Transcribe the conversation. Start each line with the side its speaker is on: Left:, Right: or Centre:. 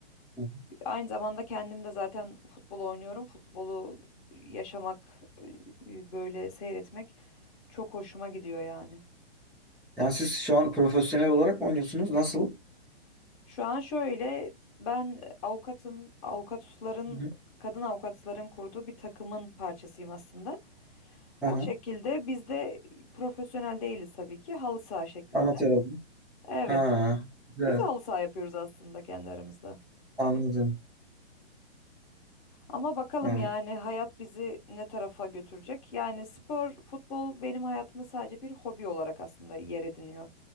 Centre: hı.
Left: Aynı zamanda kendim de zaten futbol oynuyorum. Futbolu yaşamak, e, böyle seyretmek çok hoşuma gidiyor yani.
Centre: Yani siz şu an profesyonel olarak mı oynuyorsunuz? Nasıl?
Left: Şu an şöyle ben avukatım, avukatların
Centre: Hı hı.
Left: kadın avukatların kurduğu bir takımın parçasıyım aslında.
Centre: Aha.
Left: O şekilde biz de profesyonel değiliz tabii ki halı saha şeklinde.
Centre: Amatör olarak.
Left: Evet,
Centre: Ha. Güzel.
Left: biz de halı saha yapıyoruz aslında kendi aramızda.
Centre: Anladım.
Left: Ama bakalım
Centre: Ha.
Left: yani hayat bizi ne tarafa götürecek. Yani spor, futbol benim hayatımda sadece bir hobi olarak aslında yer ediniyor.